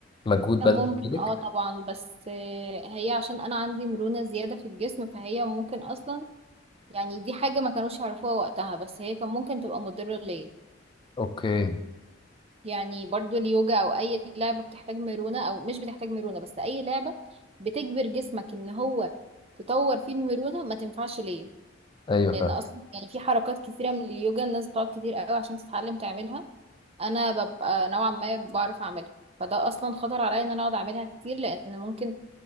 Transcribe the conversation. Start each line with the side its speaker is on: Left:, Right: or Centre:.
Left: مجهود
Right: كان
Left: بدني
Right: ممكن
Left: بايدك
Right: اه طبعا بس آه هي عشان انا عندي مرونة زيادة في الجسم فهي ممكن اصلا يعني دي حاجة ما كانوش يعرفوها وقتها بس هي كان ممكن تبقى مضرة ليا
Left: اوكي
Right: يعني برضو اليوجا او اي لعبة بتحتاج مرونة او مش بتحتاج مرونة بس اي لعبة بتجبر جسمك ان هو تطور فيه المرونة ما تنفعش ليا
Left: ايوه
Right: لان
Left: فاهم
Right: اصلا يعني في حركات كتيرة من اليوجا الناس بتقعد كتير قوي عشان تتعلم تعملها انا ببقى نوعا ما بعرف اعملها فده اصلا خطر عليا ان انا اقعد اعملها كتير لان ممكن